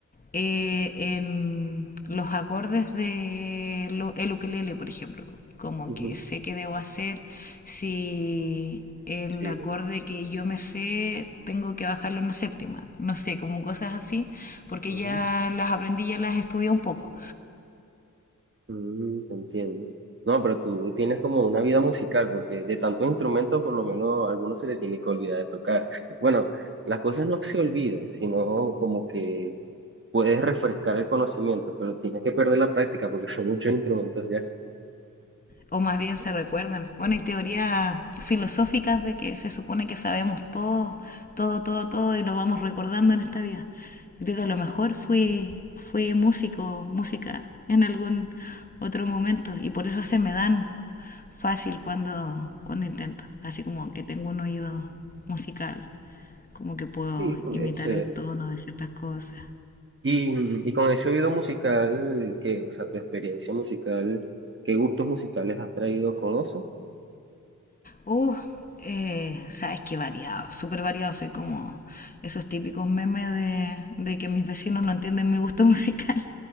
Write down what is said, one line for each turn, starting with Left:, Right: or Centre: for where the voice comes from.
Left: eh, en los acordes de lo, el ukelele, por ejemplo. Como
Right: ujú,
Left: que sé que debo hacer si el
Right: sí,
Left: acorde que yo me sé tengo que bajarle una séptima. No sé, como cosas así, porque
Right: ujú.
Left: ya las aprendí, ya las estudié un poco.
Right: mm, te entiendo. No, pero tú tienes como una vida musical, porque de tantos instrumentos por lo menos a algunos se le tiene que olvidar de tocar. <laughs> Bueno, las cosas no se olvidan, sino como que puedes refrescar el conocimiento, pero tienes que perder la práctica porque son muchos instrumentos ya.
Left: o más bien se recuerdan. Bueno, hay teorías filosóficas de que se supone que sabemos todo, todo, todo, todo y lo vamos recordando en esta vida. Yo creo que a lo mejor fui, fui músico, música en algún otro momento y por eso se me dan fácil cuando, cuando intento. Así como que tengo un oído musical, como que puedo
Right: Sí, puede
Left: imitar
Right: ser.
Left: el tono de ciertas cosas.
Right: Y, mm, y con ese oído musical, que, o sea, tu experiencia musical, ¿qué gustos musicales has traído con eso?
Left: Uh, eh, sabes que variado, súper variado. Soy como esos típicos memes de, de que mis vecinos no entienden mi gusto musical.